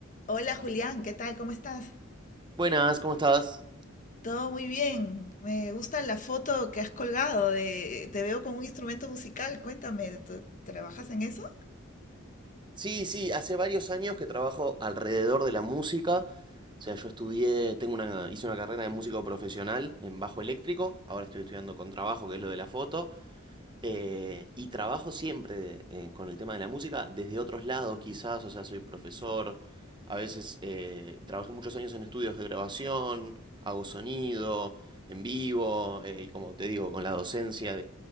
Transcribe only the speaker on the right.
Buenas, ¿cómo estás?
Sí, sí, hace varios años que trabajo alrededor de la música. O sea, yo estudié, tengo una, hice una carrera de músico profesional en bajo eléctrico. Ahora estoy estudiando con trabajo, que es lo de la foto. eh, y trabajo siempre eh, con el tema de la música desde otros lados, quizás. O sea, soy profesor. A veces eh, trabajé muchos años en estudios de grabación, hago sonido en vivo. eh, y como te digo, con la docencia